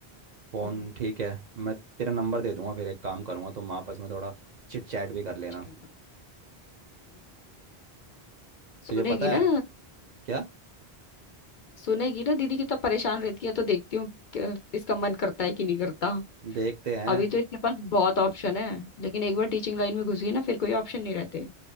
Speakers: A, on the right (about 55°); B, on the left (about 55°).
A: फ़ोन
B: हम्म
A: ठीक है मैं तेरा नंबर दे दूंगा फिर एक काम करूंगा तुम आपस में थोड़ा चिट चैट भी
B: चलेगा
A: कर लेना
B: चलेगा हम्म,
A: तुझे
B: सुनेगी
A: पता है
B: ना
A: क्या
B: सुनेगी ना दीदी कितना परेशान रहती है तो देखती हूँ क्या- इसका मन करता है कि नहीं करता
A: देखते हैं
B: अभी तो इसके पास बहुत ऑप्शन है लेकिन एक बार टीचिंग लाइन में घुस गई ना फिर कोई ऑप्शन नहीं रहते